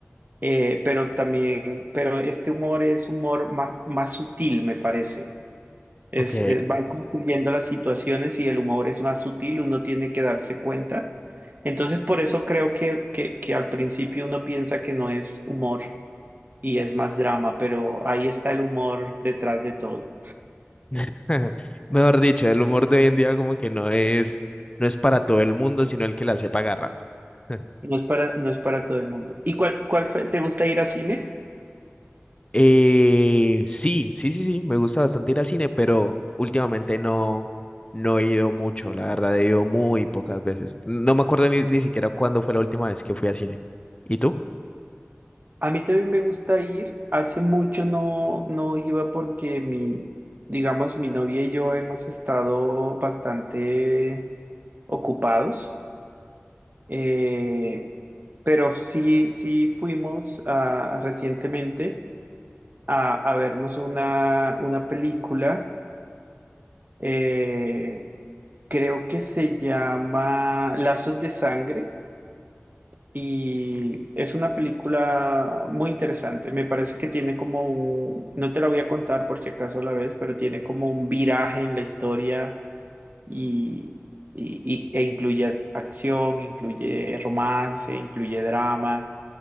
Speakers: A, on the right; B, on the left.
A: eh, pero también, pero este humor es humor más, más sutil, me parece. Es,
B: Ok.
A: eh, van concluyendo las situaciones y el humor es más sutil, uno tiene que darse cuenta. Entonces, por eso creo que, que, que al principio uno piensa que no es humor y es más drama, pero ahí está el humor detrás de todo.
B: <laughs> Mejor dicho, el humor de hoy en día como que no es, no es para todo el mundo, sino el que la sepa agarrar. <laughs>
A: No es para, no es para todo el mundo. ¿Y cuál, cuál fue? ¿Te gusta ir a cine?
B: Eh, sí, sí, sí, sí, me gusta bastante ir al cine, pero últimamente no, no he ido mucho, la verdad, he ido muy pocas veces. No me acuerdo ni, ni siquiera cuándo fue la última vez que fui al cine. ¿Y tú?
A: A mí también me gusta ir. Hace mucho no, no iba porque mi, digamos, mi novia y yo hemos estado bastante ocupados. Eh, pero sí, sí fuimos ah, recientemente a, a vernos una, una película, eh, creo que se llama Lazos de Sangre y es una película muy interesante. Me parece que tiene como un, no te la voy a contar por si acaso la ves, pero tiene como un viraje en la historia y... y- y- e incluye acción, incluye romance, incluye drama.